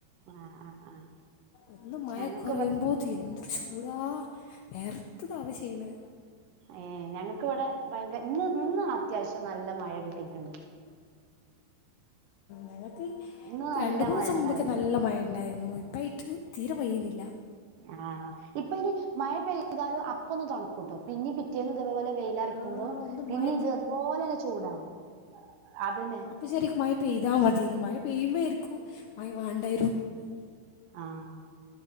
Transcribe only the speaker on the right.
ആഹ് ആഹ് ആഹ്
ഞങ്ങക്ക്
ഇവടെ
ഏ ഞങ്ങക്കിവിടെ ഭയങ്കര ഇന്ന് ഇന്ന് അത്യാവശ്യം നല്ല മഴ കിട്ടിയിട്ടുണ്ട്.
ഇന്ന് നല്ല
മഴ ഇണ്ടായിരുന്നു
ആഹ് ഇപ്പൊനി മഴ പെയ്താലും അപ്പൊന്ന് തണുക്കൂട്ടോ പിന്നീ പി പിറ്റേന്ന് ഇതേപോലെ വെയിലറക്കുമ്പോ
പിന്നെ
ഇത് അതുപോലെന്നെ ചൂടാവും. അതന്നെ
ആഹ്.